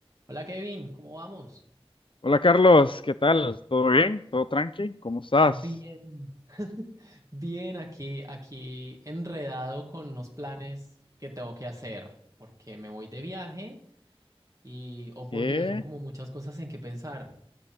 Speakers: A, on the right; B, on the left.
A: Hola Kevin, ¿cómo vamos?
B: Hola Carlos, ¿qué tal? ¿Todo bien? ¿Todo tranqui? ¿Cómo estás?
A: Bien, Bien, aquí, aquí enredado con unos planes que tengo que hacer, porque me voy de viaje y, oh por
B: ¿Qué?
A: Dios, son como muchas cosas en que pensar.